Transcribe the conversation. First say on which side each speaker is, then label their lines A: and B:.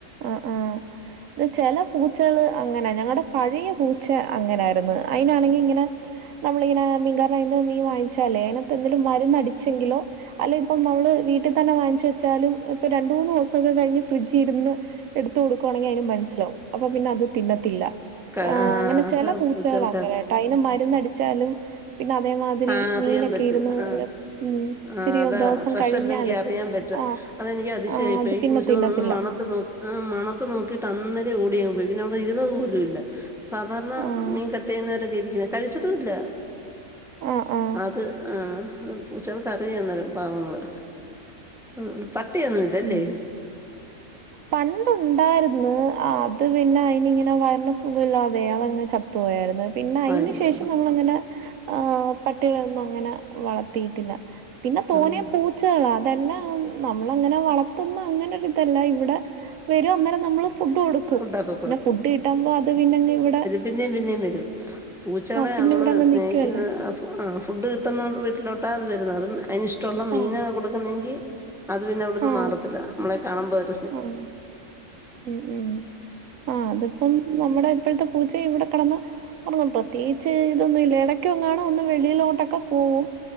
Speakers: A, on the right (about 80°); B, in the centre.
A: അഹ് ആഹ്. ത് ചെല പൂ ച്ചകള് അങ്ങനെ. ഞങ്ങടെ പഴയ പൂച്ച അങ്ങനായിരുന്ന്. അയിനാണെങ്കി ഇങ്ങനെ നമ്മളിങ്ങനെ മീൻകാരെ കൈയ്യിന്ന് മീൻ വാങ്ങിച്ചാലേ അയിനാത്ത് എന്തേലും മര്ന്നടിച്ചെങ്കിലൊ അല്ല ഇപ്പം നമ്മള് വീട്ടി തന്നെ വാങ്ങി ചെച്ചാലും ഇപ്പൊ രണ്ട്, മൂന്ന് ദൂസൊക്കെ കഴിഞ് ഫ്രിഡ്ജ് ഇര്ന്ന് എട്ത്ത് കൊടുക്കുവാണെങ്കി അയിന് മൻസ്സിലാവും. അപ്പൊ പിന്നെ അത് തിന്ന.... ത്തില്ല.
B: ആ
A: ആഹ് അങ്ങനെ
B: അത്
A: ചെല പൂച്ചകള്
B: പൂച്ചകൾക്ക്
A: അങ്ങനേ ട്ടൊ. അയിന് മര്ന്നടിച്ചാലും പിന്നെ അതേമാതിരി
B: അറിയാൻ
A: മീനൊക്കെ
B: പറ്റും
A: ഇര്ന്ന്
B: ആ
A: ഉം
B: ആ
A: ച്ചിരി
B: അതാ
A: ദൊവസം
B: ഫ്രഷ്
A: കഴിഞ്ഞാലേ
B: അല്ലെങ്കി അറിയാൻ പറ്റുവ
A: ആഹ്
B: അതെനിക്ക് അതിശയായിപ്പോയി.
A: ആഹ് അത്
B: ഈ
A: പിന്നെ
B: പൂച്ചകളൊന്നും
A: തിന്നത്തില്ല
B: ഒന്നും മണത്തു നോ.... ഉം മണത്ത് നോക്കിയിട്ട് അന്നേരെ ഓടിയങ്ങ് പോയി. പിന്നെ അവ്ടെ ഇര്ന്നത് പോലും ഇല്ല. സാധാരണ
A: ആഹ്
B: മീൻ കട്ട് ചെയ്യുന്നൊരു രീതിക്ക് ക്കെ കഴിച്ചതൂല്ല.
A: ആഹ് ആഹ്
B: അത് ആഹ് പൂച്ചൾ ക്കറിയാം ന്നേരം പാവങ്ങള് ഉം ഉം പട്ടിയൊന്നും ഇല്ല അല്ലെ?
A: ഉം പണ്ടുണ്ടായിരുന്നു ആഹ് അത് പിന്നെ അയ്നി ഇങ്ങനെ വയർന് സുഖല്ലാതെ അതെങ് ച.... ത്ത്പോയായിര്ന്ന്. പിന്നെ അയിന്
B: അയ്യോ
A: ശേഷം നമ്മള് അങ്ങനെ ആഹ് പട്ടികളെ ഒന്നും അങ്ങനെ വളർത്തിയിട്ടില്ല. പിന്നെ തോനേം
B: ഉം
A: പൂച്ചകളാ അതെല്ലാം നമ്മളങ്ങനെ വളർത്തുന്ന അങ്ങനെ ഒര് തല്ല. ഇവ്ടെ വരും അന്നേരം നമ്മള് ഫുഡ് കൊടുക്കും.
B: ഫുഡൊക്കെ
A: പിന്നെ ഫുഡ് കിട്ട മ്പൊ അത് പിന്നെങ് ഇവ്ടെ
B: പിന്നേയും, പിന്നേയും വരും. പൂച്ചകളെ
A: പിന്നെ
B: അമ്മള്
A: ഇവിടങ്ങ്
B: സ്നേഹിക്കുന്ന
A: നിക്കുവല്ലേ
B: ആഹ് ഫുഡ് കിട്ടുന്നോണ്ട് വീട്ടിലോട്ടാ അത് വരുന്നത്. അതും അയിനിഷ്ടൊള്ള മീനാ
A: ആഹ്
B: കൊട്ക്ക്ന്നെങ്കി അത് പിന്നെ അവ്‌ട്ന്ന്
A: ആഹ്
B: മാറത്തില്ല. നമ്മളെ കാണുമ്പൊ അത്
A: ആഹ് ഉം ഉം ആഹ് അത്പ്പം നമ്മടെ ഇപ്പഴത്തെ പൂച്ച ഇവ്ടെ കടന്ന് <unintelligible> പ്രത്യേയിച്ച് ഇതൊന്നും ഇല്ല. എടയ്ക്കെങ്ങാണും ഒന്ന് വെളിയിലോട്ടൊക്കെ പോവും.